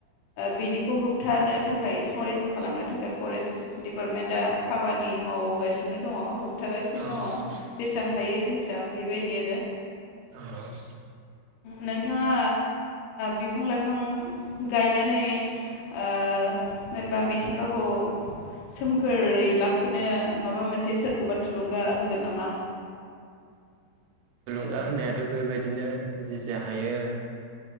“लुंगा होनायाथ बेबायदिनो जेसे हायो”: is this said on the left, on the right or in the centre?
Right